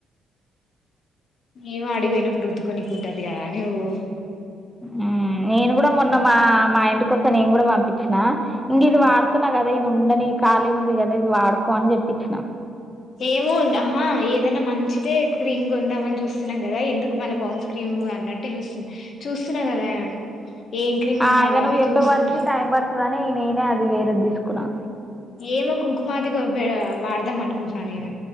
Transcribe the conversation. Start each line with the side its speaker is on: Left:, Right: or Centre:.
Left: ఎం ఆడిపోయినప్పుడు ఉద్దుకునికు ఉంటాది కదా నువ్వు
Centre: ఉమ్ నేను కూడా మొన్న మా మా ఇంటికి నేను కూడా పంపించిన ఇగ్ ఇది వాడుతున్నా కదా ఇది ఉండని ఖాళీ ఉంది కదా ఇది వాడుకో అని దెప్చ్చిన
Left: ఏమో ఇగ్ ఆహా ఏదైనా మంచిదే క్రీమ్ కొందామని చూస్తున్నాం కదా ఎందుకు మళ్ళా పౌన్స్ క్రీమ్ అన్నట్టు చూస్తున్ చూస్తున్నా కదా ఏం క్రీమ్ కొనాలని
Centre: ఆ ఇగ జెప్పె
Left: చూస్తున్నా
Centre: వరకు టైం పర్ కానీ నేనే అది వేరేది తీసుకున్నా
Left: ఏమో కుంకుమదిగా బా వాడదాం అనుకుంటున్నా నేను